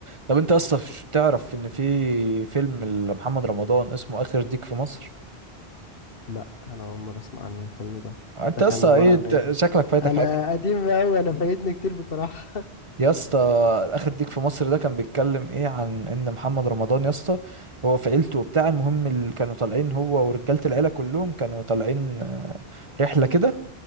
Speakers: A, on the right; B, on the left.
A: طب انت اصلا ش- تعرف ان في فيلم لمحمد رمضان اسمه اخر ديك في مصر
B: لا انا اول مره اسمع عن الفيلم ده
A: انت
B: ده
A: اصلا
B: كان عباره
A: ايه انت
B: عن ايه
A: شكلك فايتك
B: انا
A: حاجه
B: قديم قوي انا فايتني كتير بصراحه
A: يا اسطى اخر ديك في مصر ده كان بيتكلم ايه عن ان محمد رمضان يا اسطى هو في عيلته وبتاع المهم اللي كانوا طالعين هو ورجاله العيله كلهم كانوا طالعين آه، رحله كده